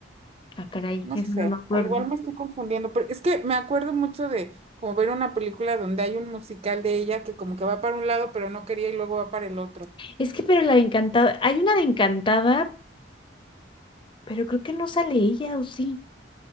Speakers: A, on the left; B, on the right.
A: ah, caray,
B: No
A: eso
B: sé,
A: no me acuerdo.
B: o igual me estoy confundiendo, pero es que me acuerdo mucho de como ver una película donde hay un musical de ella que como que va para un lado, pero no quería y luego va para el otro.
A: Es que, pero la de Encantada, hay una de Encantada, pero creo que no sale ella, ¿o sí?